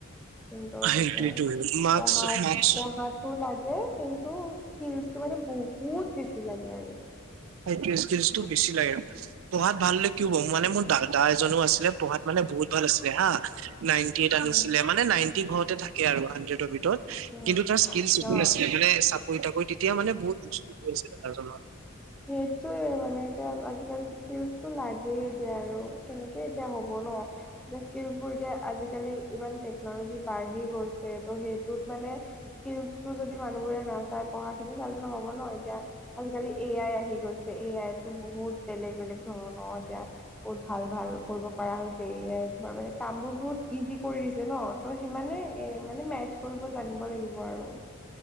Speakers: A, in the centre; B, on the right (about 70°).
A: কিন্তু এনেকে
B: সেইটোৱেটো মাৰ্কচ
A: পঢ়াত
B: মাৰ্কচ
A: পঢ়াটো লাগে কিন্তু স্কিলচটো মানে বহুত বহুত বেছি লাগে আৰু।
B: সেইটোৱে স্কিলচটো বেছি লাগে, পঢ়াত ভাল হলে কি হব মানে
A: উম
B: মোৰ দা দা এজনো আছিলে পঢ়াত মানে বহুত ভাল আছিলে হা, নাইনটি এইট আনিছিলে
A: উম
B: মানে নাই টি ঘৰতে থাকে আৰু হাড্ৰেডৰ ভিতৰত
A: উম
B: কিন্তু তাৰ স্কিলছ একো
A: অ
B: নাছিল মানে চাকৰি টাকৰি তেতিয়া মানে বহুত <unintelligible> আছে দাদাজনৰ।
A: সেইটোৱে মানে এতিয়া আজিকালিটো স্কিলছটো লাগ এতিয়া আৰু কেনেকে এতিয়া হ'ব ন'। মানে স্কিলচবোৰ এতিয়া আজিকালি ইমান টেকনলজি বাঢ়ি গৈছে ত' সেইটোত মানে স্কিলচটো যদি মানুহবোৰে নাচাই পঢ়া খিনি চালে নহ'ব ন এতিয়া আজিকালি এ আই আহি গৈছে এ আই তো বহুত বেলেগ বেলেগ ধৰণৰ এতিয়া বহুত ভাল ভাল কৰিব পৰা হৈছে এয়াইত, তোমাৰ মানে কামবোৰ বহুত ইজি কৰি দিছে ন। ত' সিমানে এ মানে মেজ কৰিব জানিব লাগিব আৰু।